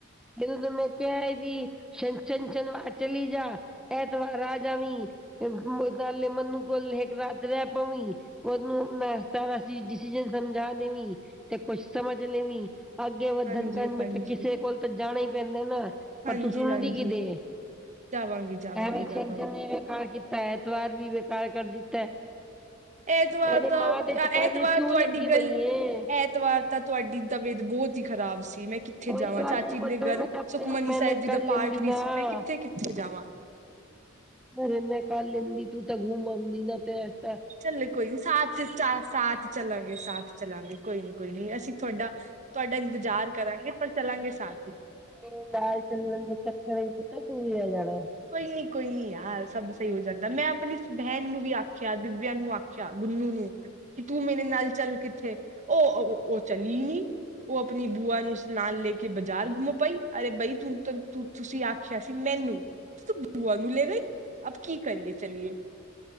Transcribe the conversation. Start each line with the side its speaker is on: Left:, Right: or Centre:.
Centre: ਜਦੋ ਮੈਂ ਕਿਹਾ ਏ ਵੀ ਛੰਨਛੰਨ ਵਾ ਚਲੀ ਜਾ ਐਤਵਾਰ ਆ ਜਾ ਵੀ ਤਾਂ ਮਨੂੰ ਕੋਲ ਰਾਤ ਰਹਿ ਪਵ <unintelligible> ਉਹਨੂੰ ਮੈਂ ਸਾਰਾਸੀ ਡਿਸੀਜਨ ਸਮਝਾ ਦੇਵੀ ਤੇ ਕੁਛ ਸਮਝ ਲਵੀ ਅੱਗੇ ਵੱਧਨ
Right: ਹਾਂਜੀ-ਹਾਂਜੀ,
Centre: ਕਰਨ ਬੇਠੇ ਕਿਸੇ ਕੋਲ ਤਾਂ ਜਾਣਾ ਹੀ ਪੈਂਦੇ ਨਾ
Right: ਹਾਂਜੀ-ਹਾਂਜੀ
Centre: ਪਰ ਤੂੰ ਸੁਣ ਦੀ ਕਿ ਦੇ
Right: ਜਾਵਾਂਗੀ-ਜਾਵਾਂਗੀ-ਜਾਵਾਂਗੀ।
Centre: ਐੱ ਬੇਕਾਰ ਕੀਤਾ, ਐਤਵਾਰ ਵੀ ਬੇਕਾਰ ਕਰ ਦਿੱਤਾ
Right: ਐਤਵਾਰ
Centre: ਇਹਦੇ
Right: ਤਾਂ,
Centre: ਮਾਂ ਦੇ ਚੱਕਰਾਂ
Right: ਐਤਵਾਰ
Centre: ਚ ਕਿਉਂ
Right: ਤੁਹਾਡੀ
Centre: ਲੱਗੀ
Right: ਗੱਲ,
Centre: ਪਈ ਏ
Right: ਐਤਵਾਰ ਤਾਂ ਤੁਹਾਡੀ ਤਬੀਅਤ ਬਹੁਤ ਹੀ ਖਰਾਬ ਸੀ, ਮੈਂ ਕਿੱਥੇ
Centre: ਕੋਈ
Right: ਜਾਵਾਂ
Centre: ਗੱਲ
Right: ਚਾਚੀ
Centre: ਨੀ ਬਚਪਨ
Right: ਦੇ ਘਰ
Centre: ਮੈਂ ਤਾਂ ਆਪਣੇ
Right: ਸੁਖਮਨੀ
Centre: ਆਪ ਮੈਨੇਜ
Right: ਸਾਹਿਬ ਜੀ
Centre: ਕਰ
Right: ਦਾ
Centre: ਲੈਂਦੀ
Right: ਪਾਠ ਵੀ
Centre: ਨਾ
Right: ਸੀ ਮੈਂ ਕਿੱਥੇ- ਕਿੱਥੇ ਜਾਵਾਂ
Centre: ਪਰ ਮੈਂ ਕਰ ਲੈਂਦੀ ਤੂੰ ਤਾਂ ਘੁੰਮ ਆਉਂਦੀ ਨਾ ਤੇ ਤਾਂ
Right: ਚੱਲੇ ਕੋਈ ਨੀ, ਸਾਤ ਚ ਚਾਰ ਸਾਤ ਚੱਲਾਂਗੇ ਸਾਥ ਚੱਲਾਂਗੇ, ਕੋਈ ਨੀ-ਕੋਈ ਨੀ, ਅਸੀਂ ਥੋਡਾ ਤੁਹਾਡਾ ਇੰਤਜ਼ਾਰ ਕਰਾਂਗੇ। ਪਰ ਚੱਲਾਂਗੇ ਸਾਥ ਹੀ।
Centre: ਇਹ ਨਾਲ ਚੱਲਣ ਦੇ ਚੱਕਰ ਚ, ਪੁਤਾ ਤੂੰ ਵੀ ਆ ਜਾਣਾ।
Right: ਕੋਈ ਨੀ ਕੋਈ ਨੀ ਯਾਰ ਸਭ ਸਈ ਹੋ ਜਾਂਦਾ। ਮੈਂ ਆਪਣੀ ਬਹਿਣ ਨੂੰ ਵੀ ਆਖਿਆ ਦਿਬਿਆਂ ਨੂੰ ਆਖਿਆ ਗੁੰਨੂ ਨੂੰ। ਕਿ ਤੂੰ ਮੇਰੇ ਨਾਲ ਚੱਲ ਕਿੱਥੇ, ਉਹ- ਉਹ ਚਲੀ ਈ ਨੀ। ਉਹ ਆਪਣੀ ਬੂਆ ਨੂੰ ਨਾਲ ਲੈ ਕੇ ਬਾਜ਼ਾਰ ਗੁੰਮ ਪਈ, ਅਰੇ ਬਈ ਤੂੰ ਤ ਤੁਸੀ ਆਖਿਆ ਸੀ ਮੈਨੂੰ। ਤੂ ਬੂਆ ਨੂੰ ਲੇ ਗਈ, ਅਬ ਕੀ ਕਰੀਏ ਚਲੀਏ।